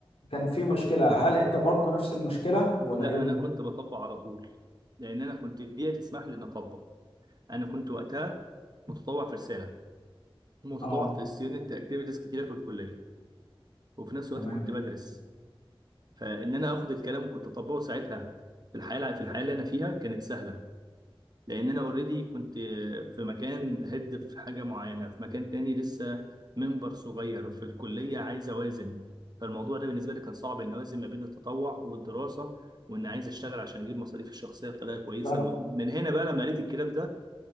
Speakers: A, on the left; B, on the right.
A: كان في مشكلة هل انت برضو نفس المشكلة ولا
B: لا
A: ايه
B: انا كنت بطبق على طول لان انا كنت البيئه تسمح لي ان اطبق انا كنت وقتها متطوع في رساله متطوع
A: اه
B: في الستودنت اكتيفيتيز كتيره في الكليه وفي نفس الوقت
A: تمام
B: كنت بدرس فان انا اخد الكلام وكنت اطبقه ساعتها في الحياه في الحياه اللي انا فيها كانت سهله لان انا اوريدي كنت في مكان هيد في حاجه معينه في مكان تاني لسه منبر صغير في الكليه عايز اوازن فالموضوع ده بالنسبه لي كان صعب ان اوازن ما بين التطوع والدراسه وان عايز اشتغل عشان اجيب مصاريفي الشخصيه بطريقه كويسه
A: ده
B: الم- من هنا بقى لما قريت الكتاب ده